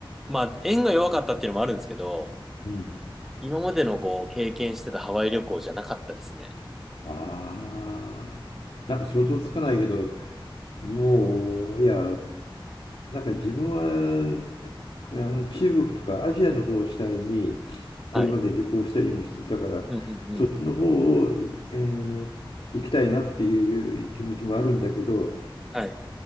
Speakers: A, in the centre; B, on the left (about 75°).
A: まあ、円が弱かったっていうのもあるんですけど、
B: うん。
A: 今までのこう、経験してたハワイ旅行じゃなかったですね。
B: ああ、なんか想像つかないけど、もう、いや、なんか自分はあの中国とかアジアの方を主体にこれまで旅行したりもしてたからそっちの方を行き、
A: はい。うんうんうん。
B: えー行きたいなっていう気持ちもあるんだけど
A: はい。